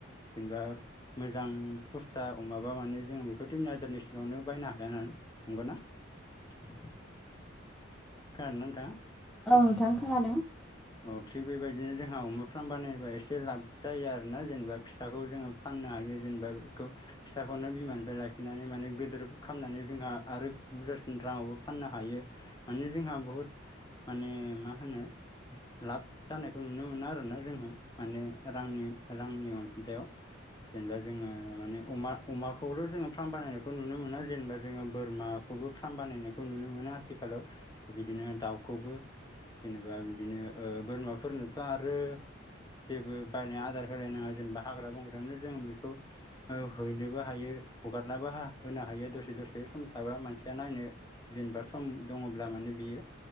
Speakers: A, on the left; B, in the centre.
A: जेनेबा मोजां पुस्ता अमाबा माने जों बेखौ तिन हाजारनि सिंयावनो बायनो हायाना नंगौ ना। खोनादों ना नोंथाङा?
B: औ नोंथां खोनादों।
A: औ थिग बेबायदिनो जोंहा अमा फार्म बानायबा एसे लाब जायो आरोना जेनेबा फिसाखौ जोङो फाननो हायो। जेनेबा बेखौ फिसाखौनो बिमानिफ्राय लाखि नानै माने गोदोर खामनानै जोंहा आरो बुरजासिन राङावबो फाननो हायो माने जोंहा बहुद माने मा होनो लाब जानायखौ नुनो मोनो आरोना जोङो। माने रांनि रांनि अनसुंथायाव जेनेबा जोङो माने अमा अमाखौल' जोङो फार्म बानायनायखौ नुनो मोना जेनेबा जोङो बोरमाखौबो फार्म बानायनायखौ नुनो मोनो आथिखा लाव बिदिनो दाउखौबो जेनेबा बि बदिनो ओ बोरमाफोरनोथ' आरो जेबो बायनाय आदार होलायनाङा जेनेबा हाग्रा बंग्रायावनो जों बेखौ ओ हैनोबो हायो। हगारनाबो हा होनो हायो दसे दसे सम। माबा मानसिया नायनो जेनेबा सम दङब्ला माने बियो